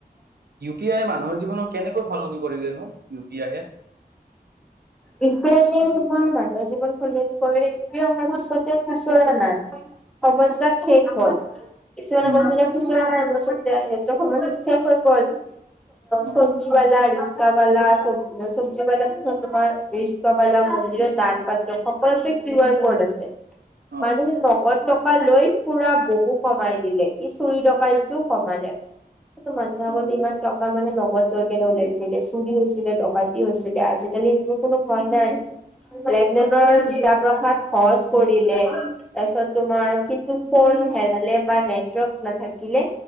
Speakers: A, on the right; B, in the centre.
A: ইউ পি আইয়ে মানুহৰ জীৱনত কেনেকৈ সলনি কৰিলে নো ইউ পি আইয়ে?
B: ইউ পি আইয়ে তোমাৰ মানুহৰ জীৱন সলনি কৰিলে, আমাৰ সতে কুচল নাই <unintelligible> সমস্যা শেষ হ'ল। কিছুমান
A: উম
B: বস্তু এতিয়া খুচুৰা নাই লৈছে, এতিয়া সেইটো সমস্যাটো শেষ হৈ গ'ল।
A: অ
B: চজ্বি আলা, ৰি ৰিক্সাবালা <unintelligible> চব্জিবালাৰ পিছত তোমাৰ ৰিক্সাবালা মন্দিৰত দান পাত্ৰ খন <unintelligible> কৰতে কিউ আৰ কড আছে।
A: অ
B: মানে টকা লৈ ফুৰা বহু কমাই দিলে। ই চুৰি ডকাইতটো কমালে। মানুহে
A: অ
B: আগত ইমান টকা মানে নগদ লৈ কেনে ওলাইছিলে। চুৰী হৈছিলে, ডকাইতি হৈছিলে, আজিকালি সেইবোৰ কোনো ভয় নাই। লেনদেনৰ হিচাপ ৰখাত সহজ কৰিলে। তাৰপিছত, তোমাৰ কিন্তু ফোন হেৰালে বা নেটৱাৰ্ক নাথাকিলে,